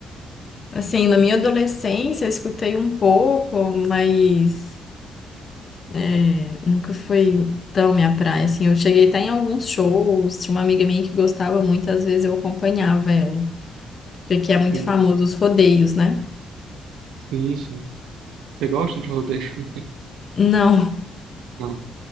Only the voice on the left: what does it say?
assim, na minha adolescência, eu escutei um pouco, mas é, nunca foi tão minha praia, assim. Eu cheguei até em alguns shows, tinha uma amiga minha que gostava muito, às vezes eu acompanhava ela. Porque aqui é muito
famoso os rodeios, né?
Não.